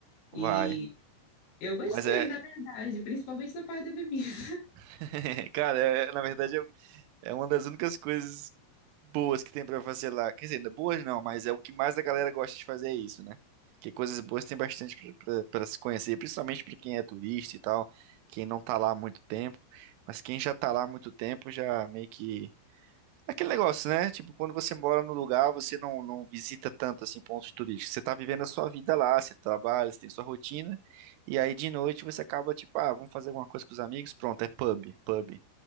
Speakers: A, on the left (about 75°); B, on the right (about 85°).
A: E
B: Vai.
A: eu gostei,
B: Mas é,
A: na verdade, principalmente da parte da bebida. <laughs>
B: <laughs> cara, é- na verdade é, é uma das únicas coisas boas que tem pra fazer lá. Quer dizer, não é boas não, mas é o que mais a galera gosta de fazer é isso, né? Que coisas boas tem bastante pra pra- pra se conhecer, principalmente pra quem é turista e tal, quem não tá lá há muito tempo. Mas quem já tá lá há muito tempo já meio que Aquele negócio, né? Tipo, quando você mora no lugar, você não, não visita tanto assim pontos turísticos. Você tá vivendo a sua vida lá, você trabalha, você tem sua rotina, e aí de noite você acaba tipo, ah, vamos fazer alguma coisa com os amigos, pronto, é pub, pub.